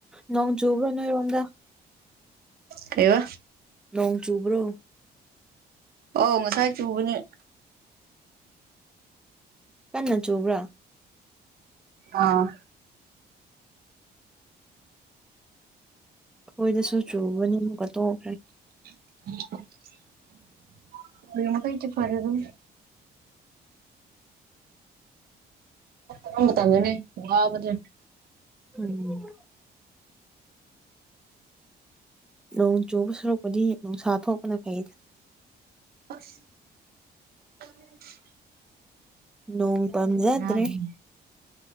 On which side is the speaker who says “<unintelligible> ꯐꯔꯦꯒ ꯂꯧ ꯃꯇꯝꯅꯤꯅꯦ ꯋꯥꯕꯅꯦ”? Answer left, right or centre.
Right